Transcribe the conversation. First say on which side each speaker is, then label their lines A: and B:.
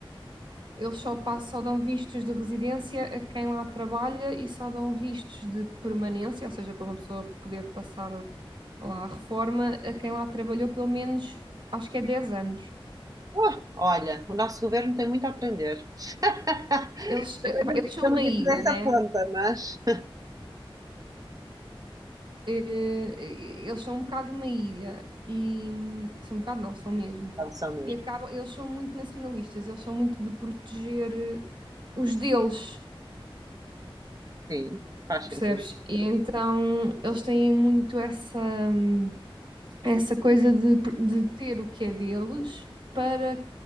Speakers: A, on the right; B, on the right.
A: eles só, passam, só dão vistos de residência a quem lá trabalha e só dão vistos de permanência, ou seja, para uma pessoa poder passar lá a reforma, a quem lá trabalhou pelo menos, acho que é 10 anos.
B: Ué, olha, o nosso governo tem muito a aprender. <laughs>
A: Eles,
B: Estamos
A: eh, pá, eles são uma
B: não
A: ilha,
B: ir por essa
A: né?
B: ponta, mas.
A: eh, eh, eles são um bocado uma ilha e são um bocado não, são mesmo.
B: São, são mesmo.
A: E acabam, eles são muito nacionalistas, eles são muito de proteger eh, os deles,
B: Sim, faz
A: percebes?
B: sentido.
A: E então eles têm muito essa hum, essa coisa de, pr- de ter o que é deles para